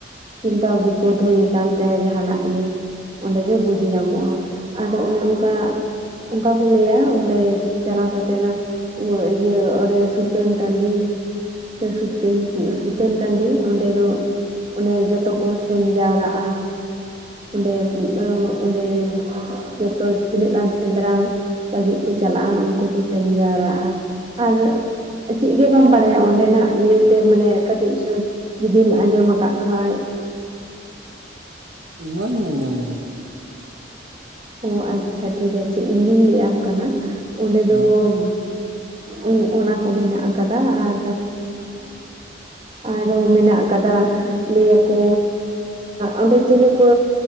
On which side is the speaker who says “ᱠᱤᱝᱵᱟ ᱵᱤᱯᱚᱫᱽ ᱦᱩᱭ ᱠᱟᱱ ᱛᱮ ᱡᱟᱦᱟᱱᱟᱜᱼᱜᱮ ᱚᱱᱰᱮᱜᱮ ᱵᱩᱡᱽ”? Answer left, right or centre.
Right